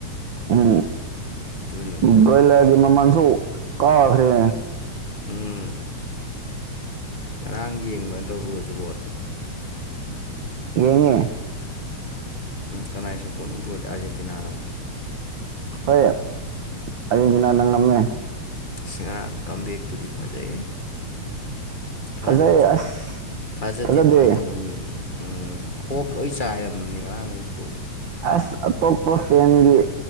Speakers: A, on the right; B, on the left.
A: ꯎꯝ
B: ꯑꯗꯨꯅꯅꯤꯅꯦ
A: ꯎꯝ ꯕ꯭ꯔꯣꯏꯂꯔꯒꯤ ꯃꯃꯜꯁꯨ ꯀꯥꯈ꯭ꯔꯦ
B: ꯎꯝ ꯉꯔꯥꯡ ꯌꯦꯡꯕ ꯅꯠꯇꯕ꯭ꯔ ꯕ꯭ꯔꯣꯖꯤꯕꯨ
A: ꯌꯦꯡꯉꯦ
B: ꯀꯅꯥꯏꯁꯨꯄꯣꯔꯠꯅ ꯕ꯭ꯔꯣꯗꯤ ꯑꯥꯔꯖꯦꯟꯇꯤꯅꯥꯔ
A: ꯍꯣꯏ ꯑꯥꯔꯖꯦꯟꯇꯤꯅꯥꯅ ꯉꯝꯃꯦ
B: ꯑꯁ ꯉꯔꯥꯡ ꯀꯝꯝꯕꯦꯛꯇꯨꯗꯤ ꯐꯖꯩꯍꯦ ꯊꯥꯖꯗꯦ
A: ꯐꯖꯩ ꯑꯁ
B: ꯊꯥꯖꯗꯦ
A: ꯐꯖꯗꯦ
B: ꯑꯗꯨꯃꯥꯏꯅ ꯇꯧꯅꯤꯕ ꯎꯝ ꯍꯣꯞ ꯂꯣꯏ ꯆꯥꯏꯔꯝꯅꯤ ꯉꯔꯥꯡꯈꯩꯁꯨ
A: ꯑꯁ ꯑꯇꯣꯞꯄ ꯐꯦꯟꯒꯤ